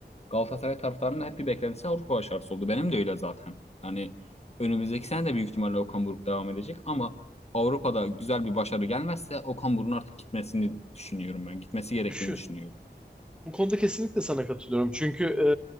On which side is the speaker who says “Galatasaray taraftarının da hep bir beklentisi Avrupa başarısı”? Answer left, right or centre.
Left